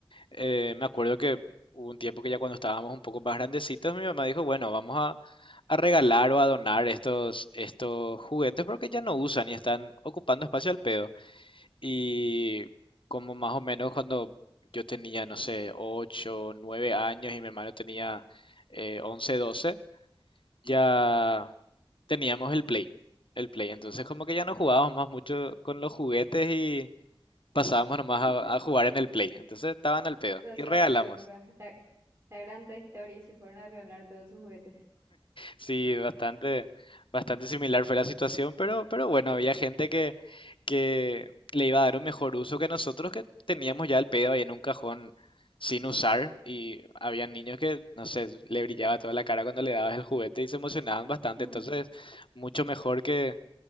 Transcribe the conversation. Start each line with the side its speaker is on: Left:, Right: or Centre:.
Left: Eh, me acuerdo que hubo un tiempo que ya cuando estábamos un poco más grandecitos, mi mamá dijo, bueno, vamos a, a regalar o a donar estos, estos juguetes porque ya no usan y están ocupando espacio al pedo. Y como más o menos cuando yo tenía, no sé, 8 9 años y mi hermano tenía eh, 11, 12, ya teníamos el Play. El Play. Entonces como que ya no jugábamos más mucho con los juguetes y pasábamos nomás a,
Right: <laughs>
Left: a jugar en el Play. Entonces estaban al pedo
Right: Pasó
Left: y regalamos.
Right: de otra época. La, la gran Toy Story se fueron a regalar todos sus juguetes.
Left: Sí, bastante, bastante similar fue la situación, pero, pero bueno, había gente que, que le iba a dar un mejor uso que nosotros que teníamos ya el pedo ahí en un cajón sin usar y había niños que, no sé, le brillaba toda la cara cuando le dabas el juguete y se emocionaban bastante,
Right: <laughs>
Left: entonces mucho mejor que,